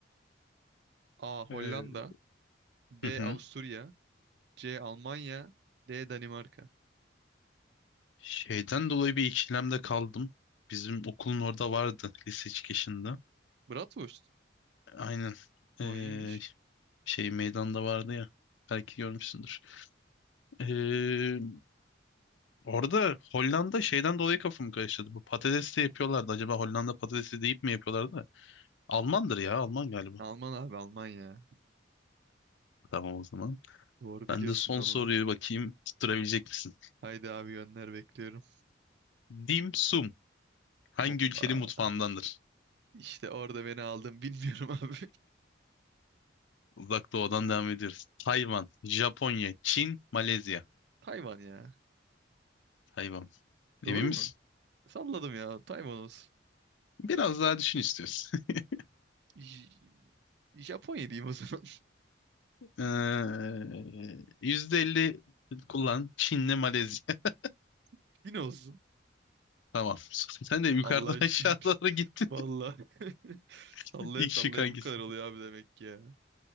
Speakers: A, on the right; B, on the left.
A: A. Hollanda
B: Ee,
A: B.
B: hı hı.
A: Avusturya C. Almanya D. Danimarka
B: Şeyden dolayı bir ikilemde kaldım. Bizim okulun orada vardı lise çıkışında.
A: Bratwurst.
B: Aynen.
A: O
B: Ee,
A: iyiymiş.
B: şey meydanda vardı ya. Belki görmüşsündür. Ee, orada Hollanda şeyden dolayı kafamı karıştırdı. Bu patates de yapıyorlardı. Acaba Hollanda patatesi deyip mi yapıyorlardı? Almandır ya. Alman galiba.
A: Alman abi Almanya.
B: Tamam o zaman.
A: Doğru
B: Ben
A: biliyorsun
B: de son
A: valla.
B: soruyu bakayım tutturabilecek misin?
A: Haydi abi gönder bekliyorum.
B: Dim sum hangi
A: Hoppa.
B: ülkenin mutfağındandır?
A: İşte orada beni aldın bilmiyorum abi.
B: Uzak Doğu'dan devam ediyoruz. Tayvan, Japonya, Çin, Malezya.
A: <laughs> Tayvan ya.
B: Tayvan.
A: Doğru
B: Emin misin?
A: mu? Salladım ya. Tayvan olsun.
B: Biraz daha düşün istiyorsun. <laughs>
A: J- Japonya diyeyim o zaman.
B: Ee, %50 kullan. Çin'le Malezya. <laughs>
A: <laughs> Yine olsun.
B: Tamam. Sen de yukarıdan
A: Allah'a
B: aşağı
A: şükür.
B: doğru gittin.
A: Valla. <laughs>
B: <laughs>
A: Sallaya
B: İlk
A: sallaya
B: şık hangisi?
A: bu kadar oluyor abi demek ki ya.